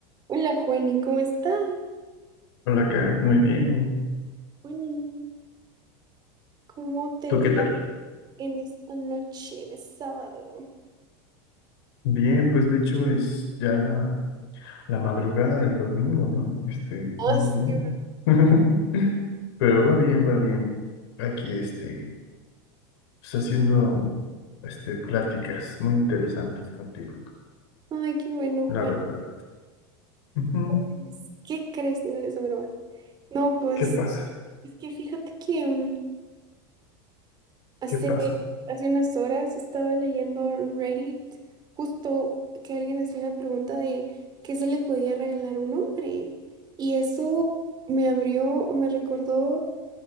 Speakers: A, on the right; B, on the left.
A: Hola Juani, ¿cómo estás?
B: Hola, Kat, muy bien.
A: Juani, ¿cómo te
B: ¿Tú
A: va
B: qué tal?
A: en esta noche de sábado?
B: Bien, pues de hecho es ya la, la madrugada del domingo, ¿no? Este,
A: Ah,
B: más
A: sí,
B: bien.
A: verdad.
B: <laughs> Pero va bien, va bien. Aquí, este, pues haciendo, este, pláticas muy interesantes contigo,
A: Ay, qué bueno, Juan.
B: la verdad. Ujú.
A: Pues, ¿Qué crees? No es broma. No, pues,
B: ¿Qué pasa?
A: es que fíjate que mm, hace,
B: ¿Qué pasó?
A: hace unas horas estaba leyendo en Reddit justo que alguien hacía una pregunta de qué se le podía regalar a un hombre. Y eso me abrió o me recordó